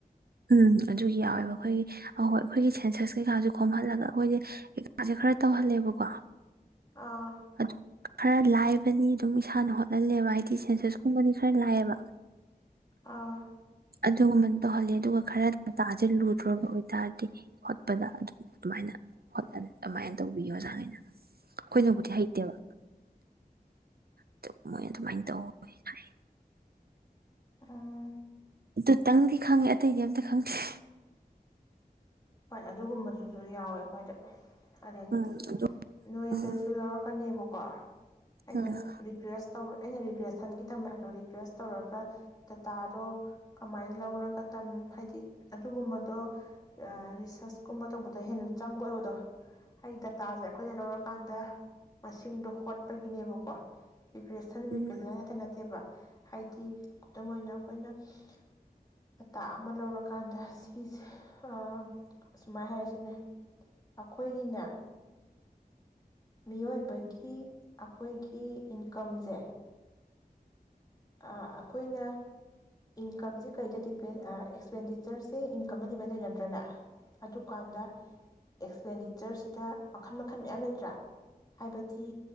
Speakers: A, on the right; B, on the left.
A: ꯎꯝ ꯑꯗꯨꯒꯤ ꯌꯥꯎꯋꯦꯕ ꯑꯩꯈꯣꯏꯒꯤ ꯑꯍꯣꯏ ꯑꯩꯈꯣꯏꯒꯤ ꯁꯦꯟꯁꯁ ꯀꯩꯀꯥꯁꯨ ꯈꯣꯝꯍꯜꯂꯒ ꯑꯩꯈꯣꯏꯗꯤꯀꯥꯁꯦ ꯈꯔ ꯇꯧꯍꯜꯂꯦꯕꯀꯣ
B: ꯑꯥ
A: ꯑꯗꯨ ꯈꯔ ꯂꯥꯏꯕꯅꯤ ꯑꯗꯨꯝ ꯏꯁꯥꯅ ꯍꯣꯠꯍꯜꯂꯦꯕ ꯍꯥꯏꯗꯤ ꯁꯦꯟꯁꯦꯁꯀꯨꯝꯕꯗꯤ ꯈꯔ ꯂꯥꯏꯌꯦꯕ
B: ꯑꯥ
A: ꯑꯗꯨꯒꯨꯝꯕꯅ ꯇꯧꯍꯜꯂꯦ ꯑꯗꯨꯒ ꯈꯔ ꯗꯇꯥꯖꯦ ꯂꯨꯗ꯭ꯔꫭꯕ ꯑꯣꯏꯇꯥꯔꯗꯤ ꯍꯣꯠꯄꯗ ꯑꯗꯨꯝ ꯑꯗꯨꯃꯥꯏꯅ ꯍꫭꯠꯍꯜ ꯑꯗꯨꯃꯥꯏꯅ ꯇꯧꯕꯤ ꯑꯣꯖꯥꯒꯩꯅ ꯑꯩꯈꯣꯏꯅꯕꯨꯗꯤ ꯍꯩꯇꯦꯕ ꯑꯗꯨ ꯃꯣꯏꯅ ꯑꯗꯨꯃꯥꯏꯅ ꯇꯧ ꯍꯥꯏ
B: ꯎꯝ
A: ꯑꯗꯨꯇꯪꯗꯤ ꯈꯪꯉꯦ ꯑꯇꯩꯗꯤ ꯑꯝꯇ ꯈꯪꯗꯦ
B: ꯍꯣꯏ ꯑꯗꯨꯒꯨꯝꯕꯗꯨꯁꯨ ꯌꯥꯎꯋꯦ ꯑꯈꫭꯏꯗ <unintelligible> ꯑꯗꯒꯤꯗꯤ
A: ꯎꯝ ꯑꯗꯨ
B: ꯅꯣꯏꯗꯁꯨ
A: ꯎꯝ
B: ꯌꯥꯎꯔꯛꯀꯅꯦꯕꯀꯣ ꯑꯩꯅ
A: ꯎꯝ
B: ꯔꯤꯒ꯭ꯔꯦꯁ ꯇꯧꯔꯛ ꯑꯩꯅ ꯔꯤꯒ꯭ꯔꯦꯁꯟꯒꯤ ꯇꯝꯃꯦ ꯍꯥꯏꯕꯗꯣ ꯔꯤꯒ꯭ꯔꯦꯁ ꯇꯧꯔꯒ ꯗꯇꯥꯗꯣ ꯀꯃꯥꯏꯅ ꯂꯧꯔꯒ ꯇꯝ ꯍꯥꯏꯗꯤ ꯑꯗꯨꯒꯨꯝꯕꯗꯣ ꯑ ꯔꯤꯁꯔꯁꯀꯨꯝꯕ ꯇꯧꯕꯗ ꯍꯦꯟꯅ ꯆꯪꯕ ꯑꯣꯏꯕꯗꯣ ꯍꯥꯏꯗꯤ ꯗꯇꯥꯖꯦ ꯑꯩꯈꯣꯏꯅ ꯂꯧꯔꯀꯥꯟꯗ ꯃꯁꯤꯡꯗꯣ ꯍꯣꯠꯄꯒꯤꯅꯦꯕꯀꯣ ꯔꯤꯒ꯭ꯔꯦꯁꯟ
A: ꯎꯝ
B: ꯔꯤꯒ꯭ꯔꯦꯁꯟ ꯍꯥꯏꯖꯦ ꯑꯃꯥꯠꯇ ꯅꯠꯇꯦꯕ ꯍꯥꯏ ꯗꯤ ꯈꯨꯗꯝ ꯑꯣꯏꯅ ꯑꯩꯈꯣꯏꯅ <unintelligible> ꯗꯥꯇꯥ ꯑꯃ ꯂꯧꯔꯀꯥꯟꯗ ꯁꯤꯁꯦ <unintelligible> ꯁꯨꯃꯥꯏꯅ ꯍꯥꯏꯔꯁꯤꯅꯦ ꯑꯩꯈꯣꯏꯒꯤꯅꯦ ꯃꯤꯑꯣꯏꯕꯒꯤ ꯑꯩꯈꯣꯏꯒꯤ ꯏꯟꯀꯝꯁꯦ ꯑ ꯑꯩꯈꯣꯏꯅ ꯏꯟꯀꯝꯖꯩ ꯀꯩꯗ ꯗꯤꯄꯦꯟ ꯑ ꯑꯦꯛꯁꯄꯦꯟꯗꯤꯆꯔꯁꯦ ꯏꯟꯀꯝꯗ ꯗꯤꯄꯦꯟ ꯇꯧꯔꯤ ꯅꯠꯇ꯭ꯔꯅ ꯑꯗꯨꯀꯥꯟꯗ ꯑꯦꯛꯁꯄꯦꯟꯗꯤꯆꯔꯖꯤꯗ ꯃꯈꯜ ꯃꯈꯜ ꯃꯌꯥꯝ ꯂꯩꯇ꯭ꯔꯥ ꯍꯥꯏꯕꯗꯤ